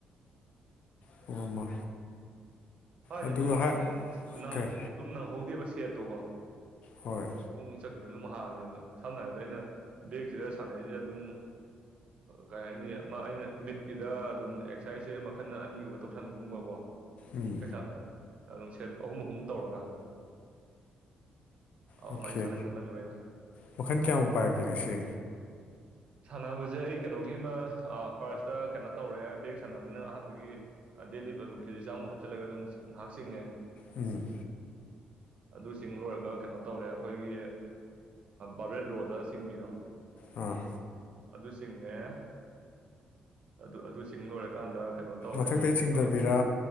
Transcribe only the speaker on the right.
ꯍꯥꯏꯗꯤ
ꯑꯗꯨꯝ
ꯑꯗꯨꯝ
ꯅꯪꯍꯧꯗꯦꯕ ꯁꯦꯠꯇꯣꯒ
ꯄꯨꯡ ꯆ ꯀꯩꯅꯣ ꯑꯗꯨꯝ ꯍꯥꯜꯂꯦꯗ ꯁꯝꯅ ꯍꯥꯏꯔꯕꯗ ꯑꯩꯅ ꯕꯦꯛꯁꯤꯗ ꯁꯥꯟꯅꯔꯤꯁꯦ ꯑꯗꯨꯝ ꯀꯩ ꯍꯥꯏꯅꯤ ꯑꯩꯅ ꯃꯤꯠꯀꯤꯗ ꯑꯗꯨꯝ ꯑꯦꯛꯁꯔꯁꯥꯏꯁꯁꯦ ꯃꯈꯜ ꯑꯅꯤꯒꯨꯝꯕ ꯇꯧꯁꯟꯒꯨꯝꯕꯀꯣ
ꯑꯦꯛꯖꯥꯝ ꯑꯗꯨꯝ ꯁꯦꯠ ꯑꯍꯨꯝ ꯑꯍꯨꯝ ꯇꯧꯔꯒ ꯑꯗꯨꯃꯥꯏꯅ
ꯁꯥꯟꯅꯁꯟꯕꯅꯦꯕ ꯑꯩꯅ
ꯁꯥꯟꯅꯕꯁꯦ ꯑꯩ ꯀꯩꯅꯣꯒꯤꯃ ꯐꯥꯔꯁꯇ ꯀꯩꯅꯣ ꯇꯧꯔꯦ ꯕꯦꯦꯛ ꯁꯥꯟꯅꯕꯅꯤꯅ ꯑꯍꯥꯟꯕꯒꯤ ꯗꯦꯂꯤ ꯑꯗꯨꯝ ꯀꯦꯖꯤ ꯆꯥꯝꯃꯨꯛ ꯍꯥꯞꯆꯤꯜꯂꯒ ꯑꯗꯨꯝ ꯉꯍꯥꯛꯁꯤꯡꯉ
ꯑꯗꯨꯁꯤꯡ ꯂꯣꯏꯔꯒ ꯀꯩꯅꯣ ꯇꯧꯔꯦ ꯑꯩꯈꯣꯏꯒꯤ ꯕꯥꯕꯔꯦꯟ ꯔꯣꯗ ꯆꯤꯡꯕꯤꯗꯣ
ꯑꯗꯨꯁꯤꯡꯉꯦ ꯑꯗꯨ ꯑꯗꯨꯁꯤꯡ ꯂꯣꯏꯔꯀꯥꯟꯗ ꯀꯩꯅꯣ ꯇꯧꯔꯦ
ꯑ